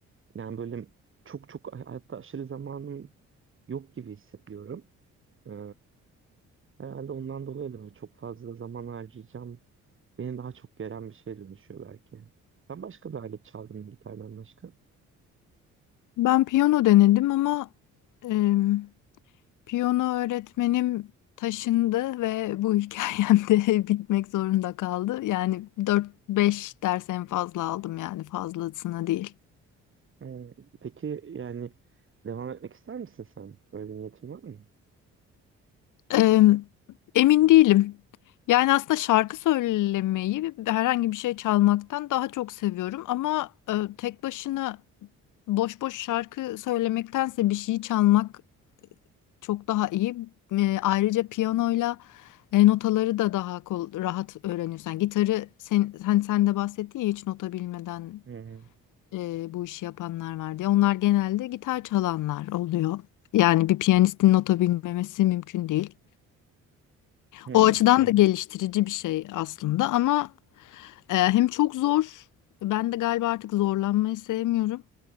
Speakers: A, on the right (about 40°); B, on the left (about 85°).
A: yani böyle çok çok hayatta aşırı zamanım yok gibi hissediyorum. E, herhalde ondan dolayı da böyle çok fazla zaman harcayacağım. Beni daha çok geren bir şeye dönüşüyor belki. Sen başka bir alet çaldın mı gitardan başka?
B: Ben piyano denedim ama em, piyano öğretmenim taşındı ve bu hikayem de <laughs> bitmek zorunda kaldı. Yani dört beş ders en fazla aldım yani fazlasına değil.
A: Ee, peki yani devam etmek ister misin sen? Böyle bir niyetin var mı?
B: Eee, Emin değilim. Yani aslında şarkı söylemeyi ve herhangi bir şey çalmaktan daha çok seviyorum ama e, tek başına boş boş şarkı söylemektense bir şeyi çalmak çok daha iyi. E, ayrıca piyanoyla e, notaları da daha kol- rahat öğreniyorsun. Yani gitarı sen, sen, sen de bahsettin ya hiç nota bilmeden
A: Hı hı.
B: e, bu işi yapanlar var diye. Onlar genelde gitar çalanlar oluyor. Yani bir piyanistin nota bilmemesi mümkün değil.
A: Hı
B: O açıdan
A: hı.
B: da geliştirici bir şey aslında ama e, hem çok zor, ben de galiba artık zorlanmayı sevmiyorum.